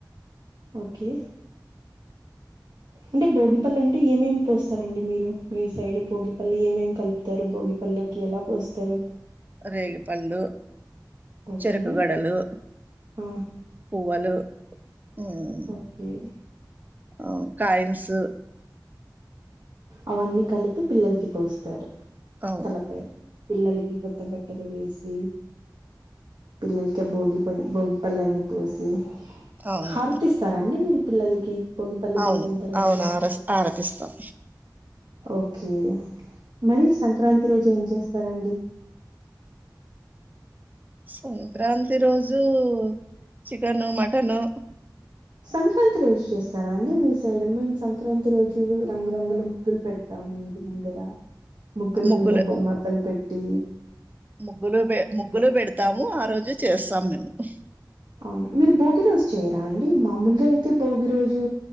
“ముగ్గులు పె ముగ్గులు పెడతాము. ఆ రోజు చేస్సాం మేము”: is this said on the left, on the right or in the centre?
Right